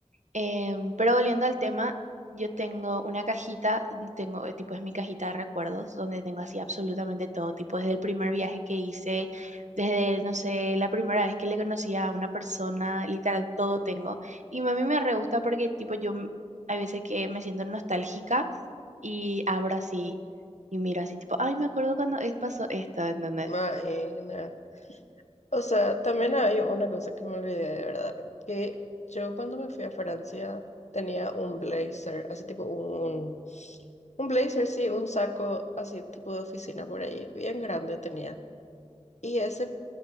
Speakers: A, on the right; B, on the left.
A: Em, pero volviendo al tema, yo tengo una cajita, mm, tengo, eh, tipo es mi cajita de recuerdos, donde tengo así absolutamente todo, tipo desde el primer viaje que hice, desde, no sé, la primera vez que le conocí a una persona, literal, todo tengo. Y a mí me re gusta porque tipo yo m- hay veces que me siento nostálgica y abro así y miro así, tipo, ay, me acuerdo cuando es- pasó esto, ¿entendés?
B: Maena. O sea, también hay una cosa que me olvidé de verdad, que yo cuando me fui a Francia tenía un blazer, así tipo un, un blazer, sí, un saco así tipo de oficina por ahí, bien grande tenía. Y ese,